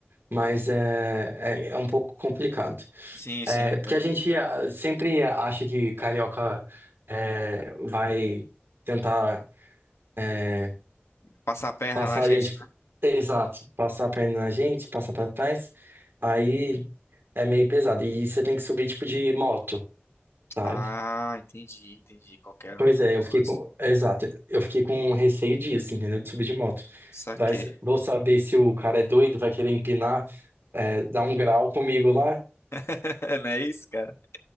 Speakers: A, on the right; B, on the left.
A: mas é, é, é um pouco complicado.
B: Sim,
A: É,
B: sim, entendo.
A: porque a gente ah, sempre acha que carioca é, vai tentar é,
B: Passar a perna
A: passar
B: na gente.
A: a gente...
B: né?
A: Exato, passar a perna na gente, passar pra trás. Aí... É meio pesado. E você tem que subir tipo de moto, sabe?
B: Ah, entendi, entendi. Qualquer
A: Pois é,
B: negócio.
A: eu fiquei com. Exato. Eu fiquei com receio disso, entendeu? De subir de moto.
B: Saquei.
A: Vai... Vou saber se o cara é doido, vai querer empinar, é, dar um grau comigo lá.
B: <laughs> Não é isso, cara?